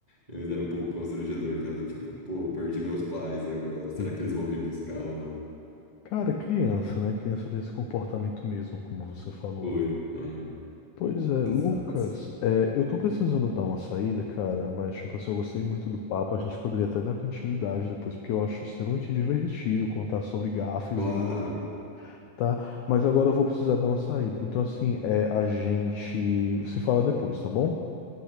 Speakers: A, on the right; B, on the left.
A: Eles eram um pouco constrangedor, que era do tipo, pô, perdi meus pais e agora,
B: entendi.
A: será que eles vão vir buscar ou não?
B: Cara, criança, né? Criança tem esse comportamento mesmo, como você falou.
A: Foi. Aham,
B: Pois é,
A: Exato.
B: Lucas, é, eu tô precisando dar uma saída, cara, mas, tipo assim, eu gostei muito do papo. A gente poderia até dar continuidade depois, porque eu acho extremamente divertido contar sobre gafes
A: Claro,
B: e tá. Mas agora eu vou precisar dar uma saída. Então, assim, é, a gente se fala depois, tá bom?